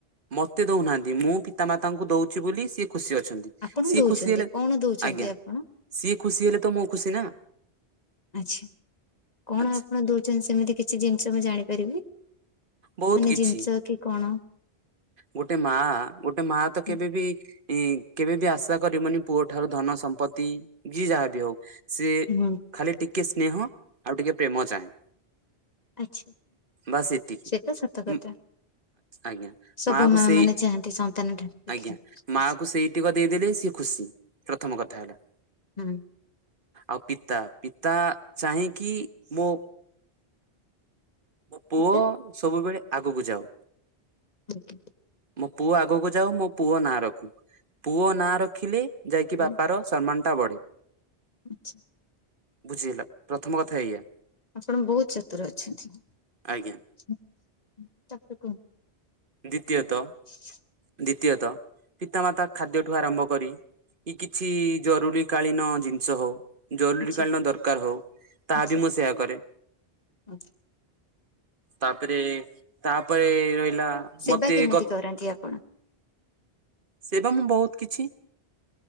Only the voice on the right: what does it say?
ମତେ ଦଉନାହାନ୍ତି ମୁଁ ପିତା ମାତାଙ୍କୁ ଦଉଛି ବୋଲି ସିଏ ଖୁସି ଅଛନ୍ତି।
ସିଏ
ଖୁସି ହେଲେ
ଆଜ୍ଞା
ସିଏ ଖୁସି ହେଲେ ତ ମୋ ଖୁସି ନାଁ।
ଆଚ୍ଛା
ବହୁତ
କିଛି
ଗୋଟେ ମା ଗୋଟେ ମା ତ
କେବେ ବିି କେବେ ବି ଆଶା କରିବନି ପୁଅ ଠାରୁ ଧନ ସମ୍ପତ୍ତି ଯିଏ ଯାହା ବି ହଉ ସିଏ
ଖାଲି ଟିକେ ସ୍ନେହ ଆଉ ଟିକେ ପ୍ରେମ ଚାହେଁ।
ବାସ୍ ସେତିକି
ଉଁ ଆଜ୍ଞା।
ମା କୁ ସେଇ
ଆଜ୍ଞା
ମା କୁ ସେଇ ଟିକ ଦେଇଦେଲେ ସିଏ ଖୁସି। ପ୍ରଥମ କଥା ହେଲା।
ଆଉ ପିତା ପିତା ଚାହିେଁକି ମୋ ମୋ ପୁଅ
ସବୁବେଳେ ଆଗକୁ ଯାଉ।
ମୋ ପୁଅ ଆଗକୁ ଯାଉ ମୋ ପୁଅ ନାଁ ରଖୁ। ପୁଅ ନାଁ ରଖିଲେ ଯାଇକି
ବାପାର ସମ୍ମାନଟା ବଢ଼େ।
ବୁଝିହେଲା ପ୍ରଥମ କଥା ଏଇୟା।
ଆଜ୍ଞା।
ଦ୍ୱିତୀୟତଃ
ଦ୍ଵିତୀୟତଃ ପିତାମାତା ଖାଦ୍ୟଠୁ ଆରମ୍ଭ କରି କି କିଛି ଜରୁରୀ କାଳୀନ ଜିନିଷ ହଉ ଜରୁରୀ
କାଳୀନ ଦରକାର ହଉ ତାହା
ବି ମୁଁ ସେୟା କରେ।
ତାପରେ ତାପରେ ରହିଲା
ମତେ
ଗ
ସେ ବା ମୁଁ ବହୁତ କିଛି